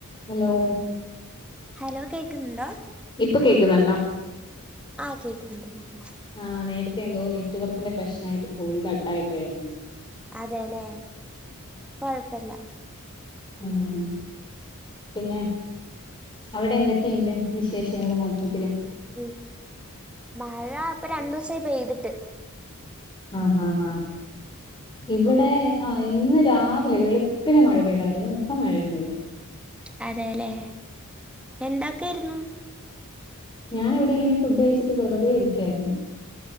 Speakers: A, on the left; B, in the centre.
A: Hello
B: hello കേക്ക്ന്ന്ണ്ടോ?
A: ഇപ്പ കേക്ക്ന്ന്ണ്ടോ?
B: ആ കേക്ക്ന്ന്ണ്ട് പറഞ്ഞോ.
A: ആ നേരത്തെ എന്തോ നെറ്റ്വർക്കിന്റെ പ്രശ്നായ്ട്ട് കോള് കട്ടായി പോയായ്രുന്നു.
B: അതേ ല്ലേ കൊഴപ്പല്ല.
A: ആഹ് പിന്നെ അവിടെ എന്തൊക്കെണ്ട് വിശേഷങ്ങള് മൊത്തം
B: ഉം മഴ പ്പൊ രണ്ടൂസായി പെയ്തി ട്ട്
A: ആഹാഹാ ഇവിടെ ആഹ് ഇന്ന് രാവിലെ വെളുപ്പിന് മഴ പെയ്തായ്രുന്നു ഇപ്പ മഴയൊന്നുല്ല.
B: അതെ ല്ലേ. എന്താക്കെര്ന്നു?
A: ഞാനവിടിങ്ങനെ ഫുഡ് കഴിച്ചിട്ട് വെറ്തെ ഇരിക്കായ്രുന്നു.